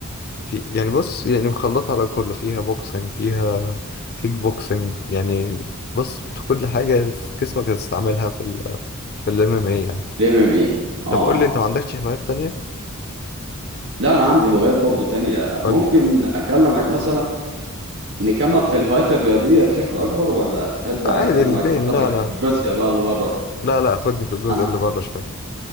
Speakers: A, on the left (about 45°); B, on the right (about 55°).
A: في يعني بص يعني مخلطة على كله فيها بوكسنج فيها كيك بوكسنج يعني بص كل حاجة جسمك هتستعملها في ال في الام ام اي يعني
B: الام ام اي اه
A: طب قول لي
B: اه
A: انت ما عندكش هوايات تانية
B: لا انا عندي هوايات برضو تانية
A: قول
B: ممكن
A: لي
B: اكلمك مثلا نكمل في الهوايات الرياضية بشكل أكبر ولا تحب
A: عادي
B: أكلمك
A: الاتنين
B: أخدك
A: لا لا
B: في الجزء بقى اللي بره؟
A: لا لا خدني في الجزء
B: أنا
A: اللي بره شوية